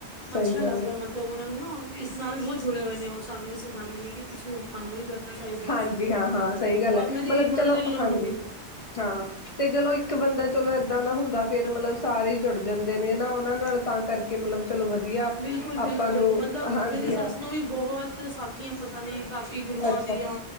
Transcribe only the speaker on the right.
ਅੱਛਾ
ਲੱਗਦਾ
ਮਤਲਬ ਓਨਾਂ ਨੂੰ ਨਾ ਇਸ ਨਾਲ ਬੋਤ ਜੁੜੇ ਹੋਏ ਨੇ ਓ ਸਾਨੂੰ ਵੀ ਸਿਖਾਂਦੇ ਨੇ ਕੇ ਤੁਸੀਂ ਸਾਨੂੰ ਵੀ ਕਰਨਾ ਚਾਈਦਾ,
ਔਰ ਮੇਰੀ
ਮਦਰ ਇਨ ਲੌ
ਨੂੰ ਵੀ।
ਬਿਲਕੁਲ-ਬਿਲਕੁਲ
ਮਤਲਬ
ਮੇਰੀ ਸੱਸ
ਨੂੰ ਵੀ ਬੋਤ ਸਾਖੀਆਂ ਪ ਤਾ ਨੇ ਕਾਫੀ ਗੁਰੂਆਂ
ਦੀਆਂ,